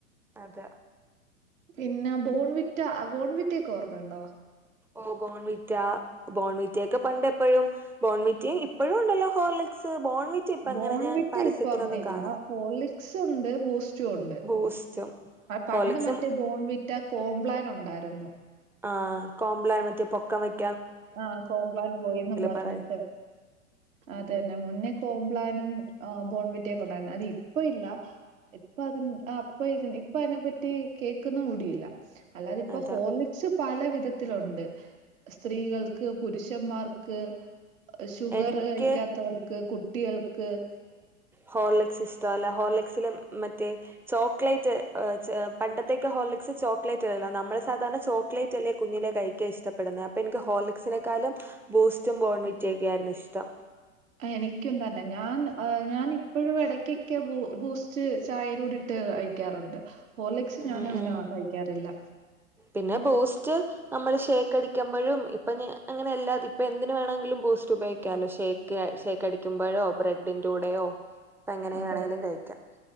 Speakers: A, in the centre; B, on the right.
A: അത
B: പിന്നെ ബോൺ വിറ്റ ബോൺ വിറ്റയക്കെ ഓർമ്മയുണ്ടോ
A: ഓ ബോൺവിറ്റ ബോൺവിറ്റെക്കെ പണ്ട് എപ്പോഴും ബോൺവിറ്റയും ഇപ്പോഴും ഉണ്ടല്ലോ ഹോർലിക്സ് ബോൺവിറ്റ ഇപ്പ
B: ബോൺ
A: അങ്ങനെ ഞാൻ
B: വിറ്റ്
A: പരസ്യത്തിലൊന്നും
B: ഇപ്പൊ അങ്ങനെ ഇല്ല
A: കാണാറ്
B: ഹോർളിക്സ് ഉണ്ട് ബൂസ്റ്റും ഉണ്ട്
A: ബൂസ്റ്റും
B: പണ്ട്
A: ഹോർലിക്സും
B: മറ്റേ ബോൺ വി റ്റ കോംബ്ലാൻ ഉണ്ടായിരുന്നു
A: ആഹ് കോംപ്ലാൻ മറ്റേ പൊക്കം വയ്
B: ആഹ് കോംബ്ലാൻ ബോയിന്നും പറഞ്ഞിട്ട്
A: പറയും
B: അതന്നെ മുന്നേ കോം പ്ലാനും ബോൺ വിറ്റിയകൊണ്ടാരുന്ന് അത് ഇപ്പ ഇല്ല ഇപ്പ അതി അപ്പൊ ഇ ഇപ്പ അതിനെപ്പറ്റി കേൾക്കുന്ന കൂടിയില്ല അല്ലാതെ ഇപ്പോ
A: അതാ
B: ഹോലിക്സ് പല വിധ ത്തിലണ്ട് സ്ത്രീകൾക്ക് പുരുഷന്മാർക്ക് ഷുഗർ
A: എനിക്ക്
B: കഴിക്കാത്തവർക്ക് കുട്ടികൾക്ക്
A: ഹോർലെക്സ് ഇഷ്ടമല്ല ഹോർലെക്സില് മറ്റേ ചോക്ലേറ്റ് പണ്ടത്തേക്കെ ഹോർലെക്സ് ചോക്ലേറ്റ്ല്ലല്ലോ നമ്മള് സാധാരണ ചോക്ലേറ്റ് അല്ലേ കുഞ്ഞിലെ കഴിക്കാൻ ഇഷ്ടപ്പെടുന്നത് അപ്പൊ എനിക്ക് ഹോർലെക്സിനെക്കാളും ബൂസ്റ്റും ബോൺവി വിറ്റെക്കായിരുന്നു ഇഷ്ടം
B: എനിക്കും തന്നെ ഞാൻ ഞാൻ ഇപ്പോഴും ഇടക്കൊക്കെ ബൂസ്റ്റ് ചായയിലൂടിട്ട് കഴിക്കാറുണ്ട് ഹോർലിക്സ്
A: ഉം
B: ഞാനും അങ്ങനെ
A: ഉം
B: കഴിക്കാറില്ല.
A: പിന്നെ ബൂസ്റ്റ്‌ നമ്മള് ഷേക്കട മ്പോഴും ഇപ്പ അങ്ങനെല്ലാ ഇപ്പ എന്തിന് വേണമെങ്കിലും ബൂസ്റ്റ് ഉപയോഗിക്കാലോ ഷേക്ക് ഷേക്ക് അടിക്കുമ്പോഴോ ബ്രെഡിന്റെ കൂടെയോ ഇപ്പ എങ്ങനെ
B: അതെ
A: വേണേലും കഴിക്കാം